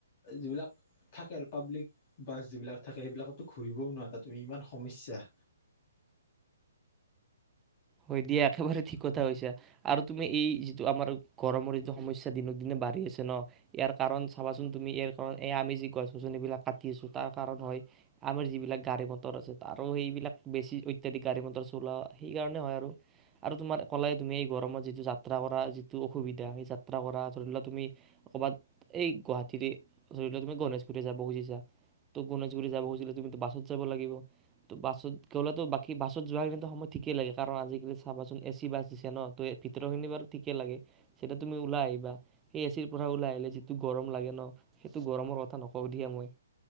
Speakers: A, on the left; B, on the right.
A: যিবিলাক থাকে আৰু পাব্লিক বাছ যিবিলাক থাকে, সেইবিলাকতটো ঘুৰিবও নোৱাৰা তুমি ইমান সমস্যা।
B: হয় দিয়া একেবাৰে ঠিক কথা কইছা আৰু তুমি এই যিতো আমাৰ গৰমৰ দিনৰ সম্যচা দিনক দিনে বাঢ়ি আছে ন ইয়াৰ কাৰণ চাবাচোন তুমি ইয়াৰ কাৰণ এই আমি যি ক গজনিবিলাক কাটি আছো তাৰ কাৰণ হয় আমাৰ যিবিলাক গাড়ী, মটৰ আছে আৰু সেইবিলাক বেছি অত্যাধিক গাড়ী, মটৰ চলোৱা সেইকাৰণে- আৰু তোমাৰ ক'ললে তুমি এই গৰমত যিটো যাত্ৰা কৰা যিটো অসুবিধা সেই যাত্ৰা কৰা ধৰি লোৱা তুমি ক'ৰবাত এই গুৱাহাটীৰে ধৰি লোৱা তুমি গণেশগুৰি যাব খুজিছা ত' গণেশগুৰি যাব খুজিলে তুমিতো বাছত যাব লাগিব ত' বাছত গ'লেতো বাকী বাছত যোৱা কিো সময় ঠিকেই লাগে। কাৰণ আজিকালি চাবাচোন এ চি বাছ দিছে ন ভিতৰখিনি বাৰু ঠিকে লাগে তেইতিয়া তুমি ওলাই আহিবা সেই এচিৰ পৰা ওলাই আহিলে যিটো গৰম লাগে ন সেইটো গৰমৰ কথা নকওঁ দিয়া মই